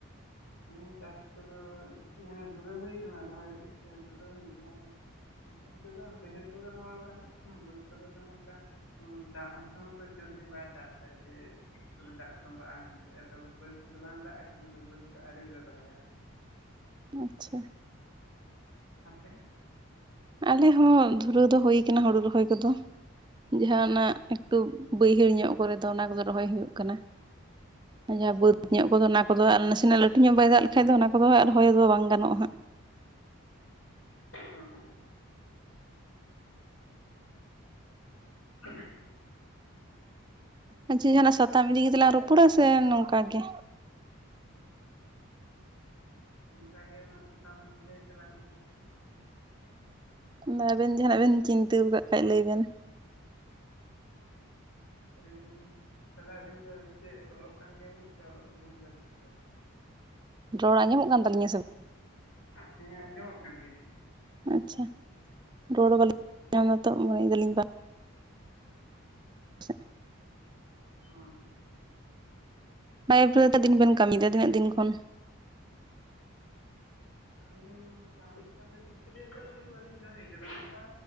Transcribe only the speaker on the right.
ᱟᱪᱪᱷᱟ,
ᱟᱞᱮ ᱦᱚᱸ ᱫᱷᱩᱨᱟᱹᱣ ᱫᱚ ᱦᱩᱭ ᱠᱟᱱᱟ ᱦᱩᱲᱩ ᱨᱚᱦᱚᱭ ᱠᱚᱫᱚ᱾ ᱡᱟᱦᱟᱸ ᱚᱱᱟ ᱮᱠᱴᱩ
ᱵᱟᱹᱭᱦᱟᱹᱲ ᱧᱚᱜ ᱠᱚᱨᱮ ᱫᱚ ᱚᱱᱟ ᱠᱚᱫᱚ ᱨᱚᱦᱚᱭ ᱦᱩᱭᱩᱜ ᱠᱟᱱᱟ᱾ ᱡᱟᱦᱟᱸ ᱵᱟᱹᱫᱽ
ᱧᱚᱜ ᱠᱚᱫᱚ ᱚᱱᱟ ᱠᱚᱫᱚ ᱟᱨ ᱱᱟᱥᱮᱱᱟᱜ ᱞᱟᱹᱴᱩ ᱧᱚᱜ ᱵᱟᱭ ᱫᱟᱜᱽ ᱞᱮᱠᱷᱟᱭ ᱫᱚ ᱚᱱᱟ ᱠᱚᱫᱚ ᱟᱨ ᱨᱚᱦᱚᱭ ᱫᱚ ᱵᱟᱝ ᱜᱟᱱᱚᱜᱼᱟ ᱦᱟᱸᱜ᱾
ᱟ ᱪᱮᱫ ᱡᱟᱦᱟᱱᱟᱜ ᱥᱟᱛᱟᱢ ᱤᱫᱤᱜ ᱠᱟᱛᱮ ᱞᱟᱝ ᱨᱚᱯᱚᱲᱟ ᱥᱮ ᱱᱚᱝᱠᱟ ᱜᱮ?
ᱟᱫᱚ ᱟᱵᱮᱱ ᱡᱟᱦᱱᱟᱜ ᱵᱮᱱ ᱪᱤᱱᱛᱟᱹᱣ ᱟᱠᱟᱫ ᱠᱷᱟᱱ ᱫᱚ ᱞᱟᱹᱭ ᱵᱮᱱ᱾
ᱨᱚᱲ ᱟᱸᱡᱚᱢᱚᱜ ᱠᱟᱱ ᱛᱟᱹᱞᱤᱧᱟ ᱥᱮ ᱵᱟᱝ?
ᱟᱪᱷᱟ ᱨᱚᱲ ᱵᱟᱞᱤ <inaudible> ᱧᱟᱢ ᱫᱟ ᱛᱚ ᱢᱚᱱᱮᱭ ᱫᱟᱞᱤᱧ ᱵᱟ᱾ <unintelligible>
ᱱᱚᱣᱟ ᱟᱯ ᱨᱮ ᱛᱤᱱᱟᱜ ᱫᱤᱱ ᱵᱮᱱ ᱠᱟᱹᱢᱤᱭᱫᱟ ᱛᱤᱱᱟᱹᱜ ᱫᱤᱱ ᱠᱷᱚᱱ?